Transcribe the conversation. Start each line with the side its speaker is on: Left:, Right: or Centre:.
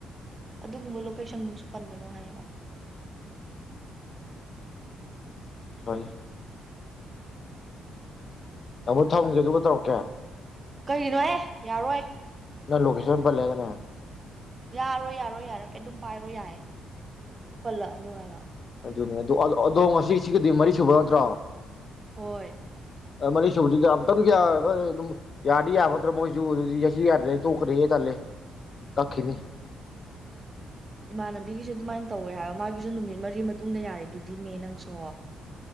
Right: ꯑꯗꯨꯒꯨꯝꯕ ꯂꯣꯀꯦꯁꯟꯁꯨ ꯄꯟꯒꯅꯨ ꯍꯥꯏꯌꯦꯕ
Left: ꯁꯣꯏ ꯇꯥꯃꯣꯛ ꯊꯝꯒꯦ ꯑꯗꯨꯒ ꯇꯧꯔꯛꯀꯦ
Right: ꯀꯔꯤꯒꯤꯅꯣꯍ ꯌꯥꯔꯣꯏ
Left: ꯅ ꯂꯣꯀꯦꯁꯟ ꯄꯜꯂꯦꯗꯅꯦ
Right: ꯌꯥꯔꯣꯏ ꯌꯥꯔꯣꯏ ꯌꯥꯔꯣꯏ ꯑꯗꯨꯝ ꯄꯥꯏꯔꯣ ꯌꯥꯏ ꯄꯜꯂꯛꯑ ꯅꯨꯡꯉꯥꯏꯔ
Left: ꯑꯗꯨꯅꯦ ꯑꯗꯨ ꯑꯗꯣ ꯉꯁꯤ ꯁꯤꯒꯗꯤ ꯃꯔꯤ ꯁꯨꯕ ꯅꯠꯇ꯭ꯔꯣ
Right: ꯍꯣꯏ
Left: ꯃꯅꯤꯁꯨꯕꯖꯤ ꯑꯝꯇꯪ ꯑꯗꯨꯝ ꯌꯥꯗꯤ ꯌꯥꯕꯗ꯭ꯔ ꯃꯁꯗꯤꯁꯤ ꯌꯥꯔ ꯇꯣꯛꯈ꯭ꯔꯦꯦ ꯇꯜꯂꯦ ꯇꯥꯈꯤꯅꯤ
Right: ꯏꯃꯥꯟꯅꯕꯤꯒꯤꯁꯨꯦ ꯑꯗꯨꯃꯥꯏꯅ ꯇꯧꯋꯦ ꯍꯥꯏꯕ ꯃꯥꯒꯤꯁꯨ ꯅꯨꯃꯤꯠ ꯃꯔꯤ ꯃꯇꯨꯡꯗ ꯌꯥꯔꯦꯗꯨꯗꯤꯅꯦ ꯅꯪꯁꯨ